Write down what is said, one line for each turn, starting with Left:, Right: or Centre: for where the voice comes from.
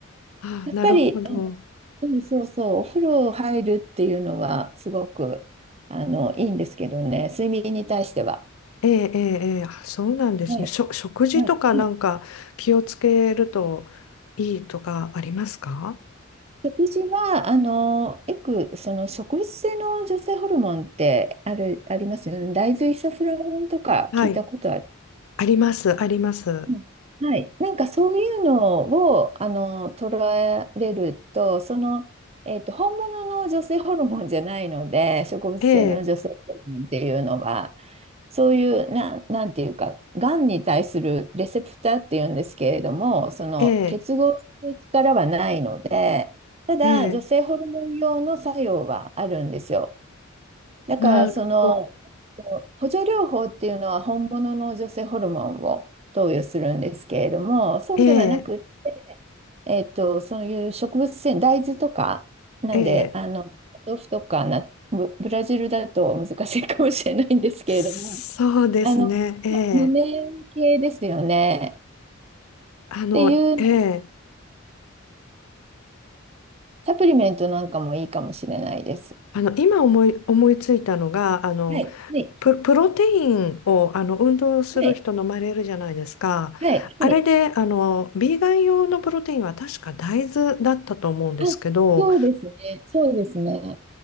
Left: ああ、
Right: やっぱり、
Left: なるほど。
Right: あのうんそうそう、お風呂入るっていうのはすごくあのいいんですけどね、睡眠に対しては。
Left: ええ、ええ、ええあ、そうなんですね。
Right: はい、
Left: しょ、食事とかなんか気をつけると
Right: はい、はい
Left: いいとかありますか
Right: 食事は、あの、よく、その植物性の女性ホルモンってある、ありますよね。大豆イソフラボンとか聞いたことあ
Left: はい。あります、あります。
Right: うんはい。なんかそういうのを、あの、捉えれると、その、えっと、本物の女性ホルモンじゃないので、植物性の女性ホルモンっていうのは、
Left: ええ、
Right: そういう、な、なんていうか、がんに対するレセプターっていうんですけれども、その結合する力はないので、
Left: ええ、
Right: ただ、
Left: ええ、
Right: 女性ホルモン用の作用はあるんですよ。だからその
Left: なるほど。
Right: 補助療法っていうのは本物の女性ホルモンを投与するんですけれども、そうではなく、
Left: ええ、
Right: えっと、そういう植物性、大豆とか、なんで、
Left: ええ、
Right: あの、お豆腐とかな、ブブラジルだと難しいかもしれないんですけれども、
Left: そうですね。
Right: あの、
Left: ええ。
Right: ま豆系ですよね。
Left: あの、
Right: っていう
Left: ええ、
Right: サプリメントなんかもいいかもしれないです。
Left: あの、今思い、思いついたのが、あの、
Right: はい、はい、
Left: プ、プロテインを、あの、運動する人飲まれるじゃないですか。
Right: はい、はい、
Left: あれで、
Right: はい。
Left: あの、ビーガン用のプロテインは確か大豆だったと思うんですけど、
Right: あ、そうですね、そうですね。